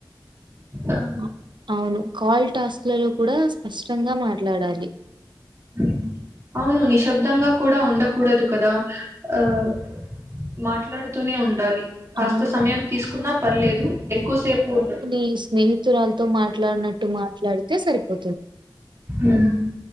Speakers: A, on the right; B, on the right.
A: ఆ
B: అ అవును కాల్ టాస్క్లలో కుడా స్పష్టంగా మాట్లాడాలి
A: ఉమ్. అవును నిశ్శబ్దంగా కూడా ఉండకూడదు కదా ఆహ్ మాట్లాడుతూనే ఉండాలి కాస్త
B: అవును.
A: సమయం తీసుకున్నా పర్లేదు ఎక్కువసేపు ఉండదు
B: మీ స్నేహితురాలతో మాట్లాడినట్టు మాట్లాడితే సరిపో
A: ఉమ్